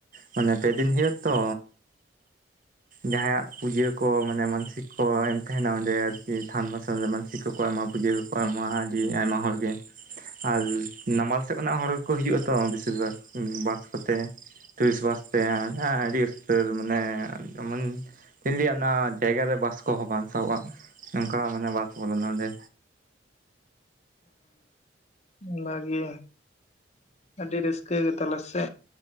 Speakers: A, on the right; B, on the left.
A: ᱢᱟᱱᱮ ᱯᱮᱫᱤᱱ ᱦᱩᱭᱩᱜᱼᱟ ᱛᱚ ᱡᱟᱦᱟᱸᱭᱟᱜ ᱯᱩᱡᱟᱹ ᱠᱚ ᱢᱟᱱᱮ ᱢᱟᱱᱥᱤᱠ ᱠᱚ ᱮᱢ ᱛᱟᱦᱮᱱᱟ ᱚᱸᱰᱮ ᱟᱨᱠᱤ ᱛᱷᱟᱱ ᱵᱟᱥᱟ ᱪᱤᱠ ᱠᱚᱠᱚ ᱮᱢᱟ ᱯᱩᱡᱟᱹ ᱠᱚᱠᱚ ᱮᱢᱟ ᱟᱹᱰᱤ ᱟᱭᱢᱟ ᱦᱚᱲ ᱜᱮ ᱟᱨ ᱱᱟᱢᱟᱞ ᱥᱮᱫ ᱠᱷᱚᱱᱟᱜ ᱦᱚᱲᱠᱚ ᱦᱤᱡᱩᱜᱼᱟ ᱛᱚ ᱵᱮᱥᱤ ᱵᱷᱟᱜᱽ ᱵᱟᱥ ᱠᱚᱛᱮ ᱴᱩᱨᱤᱥᱴ ᱵᱟᱥᱛᱮ ᱟᱹᱰᱤ ᱩᱥᱛᱟᱹᱨ ᱢᱟᱱᱮ ᱡᱮᱢᱚᱱ ᱪᱤᱞᱤᱭᱟᱜ ᱚᱱᱟ ᱡᱟᱭᱜᱟ ᱨᱮ ᱵᱟᱥ ᱠᱚᱦᱚᱸ ᱵᱟᱝ ᱥᱟᱦᱚᱵᱼᱟ ᱚᱱᱠᱟ ᱢᱟᱱᱮ ᱵᱟᱥ ᱵᱚᱞᱚᱱᱟ ᱚᱸᱰᱮ
B: ᱚ ᱵᱷᱟᱜᱮ ᱟᱹᱰᱤ ᱨᱟᱹᱥᱠᱟᱹ ᱜᱮᱛᱟᱞᱟ ᱥᱮ